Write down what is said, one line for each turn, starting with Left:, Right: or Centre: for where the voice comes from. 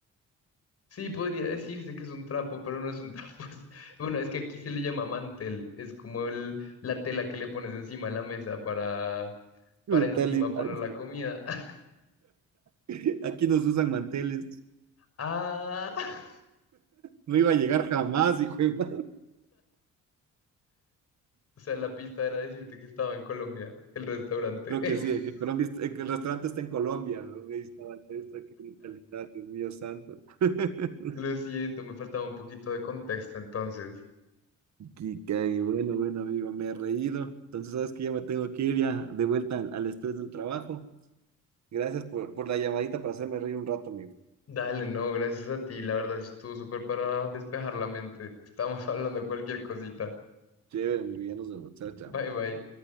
Left: Sí, podría decirse que es un trapo, pero no es un trapo. <laughs> es- Bueno, es que aquí se le llama mantel. Es como el, la tela que le pones encima de la mesa para, para
Right: Brutalidad.
Left: encima poner la comida. <laughs>
Right: <laughs> Aquí nos usan manteles.
Left: Ah, <laughs>
Right: No iba a llegar jamás, hijo de madre.
Left: o sea, la pista era decirte que estaba en Colombia, el restaurante.
Right: Creo
Left: <laughs>
Right: que sí, que Colombia, es- eh, que el restaurante está en Colombia. ¿no? Ahí estaba, ahí está, qué brutalidad, Dios mío santo. <laughs>
Left: Lo siento, me faltaba un poquito de contexto entonces.
Right: Qué cague, bueno, bueno, amigo, me he reído. Entonces, sabes que ya me tengo que ir ya de vuelta al, al estrés del trabajo. Gracias por, por la llamadita para hacerme reír un rato, amigo.
Left: Dale, no, gracias a ti. La verdad, sí estuvo súper para despejar la mente. Estamos <laughs> hablando de cualquier cosita.
Right: Chévere, mi vida nos vemos. Chao, chao.
Left: Bye, bye.